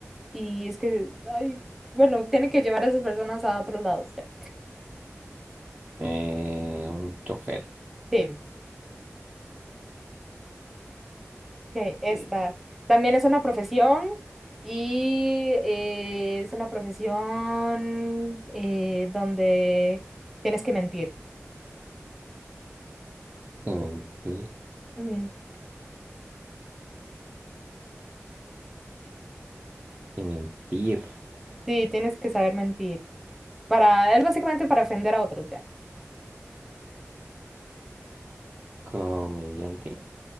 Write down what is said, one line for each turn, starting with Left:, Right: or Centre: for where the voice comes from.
Centre: y es que, ay, bueno, tiene que llevar a esas personas a otros lados. ya.
Right: eh, un chofer.
Centre: Sí. Ok, esta
Right: Eh,
Centre: también es una profesión y eh, es una profesión eh, donde tienes que mentir.
Right: Que mentir.
Centre: Ujú.
Right: Que mentir.
Centre: Sí, tienes que saber mentir. Para, es básicamente para ofender a otros, ya.
Right: Comediante.